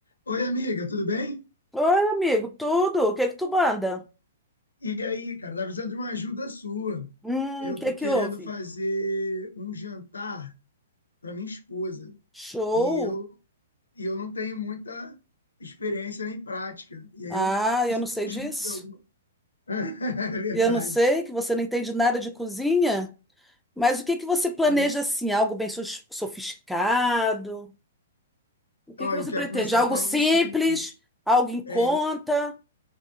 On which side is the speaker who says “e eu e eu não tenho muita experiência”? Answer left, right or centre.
Left